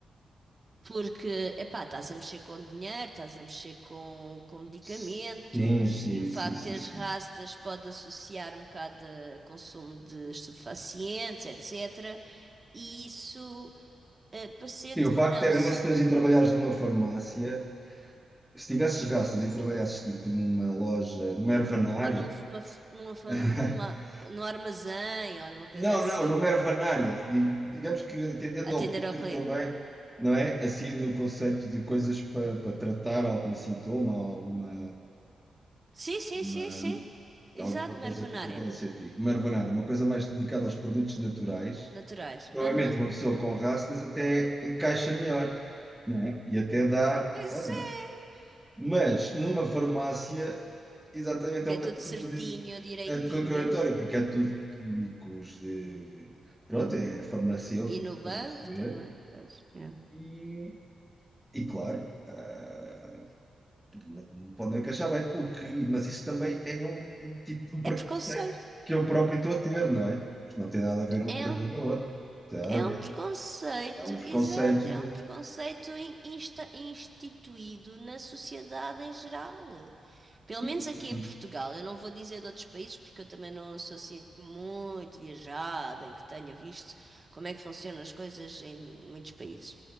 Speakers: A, on the right (about 30°); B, in the centre.
A: Porque, epá, estás a mexer com dinheiro, estás a mexer com, com medicamentos
B: Sim, sim,
A: e o
B: sim,
A: facto
B: sim,
A: de teres
B: sim.
A: rastas pode associar um bocado a consumo de estupefacientes, etc. E isso, eh, parecendo
B: Sim, o
A: que
B: facto
A: não,
B: de arrastas
A: se,
B: e trabalhares numa farmácia. Se tivesses raças e trabalhasses tipo numa loja, numa ervanária.
A: ou numa, f- uma f- numa, fam-
B: <laughs>
A: numa, num armazém ou numa coisa
B: Não,
A: assim,
B: não, numa
A: para
B: ervanária. Di- Digamos que atendendo
A: atender
B: ao público
A: ao cliente.
B: também, não é? Assim no conceito de coisas para tratar algum sintoma, alguma,
A: Sim, sim,
B: uma-
A: sim, sim. Exato,
B: alguma coisa
A: Mervenária.
B: que eu queira sentir. Uma ervanária, uma coisa mais dedicada aos produtos naturais.
A: Naturais.
B: Provavelmente
A: Aham.
B: uma pessoa com rascas até encaixa melhor, não é? E até dá.
A: Pois
B: Olha,
A: é.
B: Mas numa farmácia, exatamente
A: Que
B: é um
A: é tudo
B: bocado
A: certinho,
B: contradi-
A: direitinho.
B: é contraditório, porque é tudo químicos de. Pronto, é farmacêutico,
A: E no banco
B: estás a perceber?
A: também, pois. É.
B: E, e claro, ah, não podem encaixar bem. O que, mas isso também é um, um tipo de um preconceito
A: É preconceito.
B: que eu próprio estou a ter, não é? Porque não tem nada a ver uma
A: É
B: coisa
A: um,
B: com a outra. Não Tem nada
A: é
B: a ver.
A: um preconceito,
B: É um preconceito.
A: exato, é um preconceito in- insta- instituído na sociedade em geral. Pelo
B: Sim,
A: menos
B: sim,
A: aqui
B: sim.
A: em Portugal. Eu não vou dizer de outros países, porque eu também não sou assim muito viajada, em que tenha visto como é que funcionam as coisas em muitos países.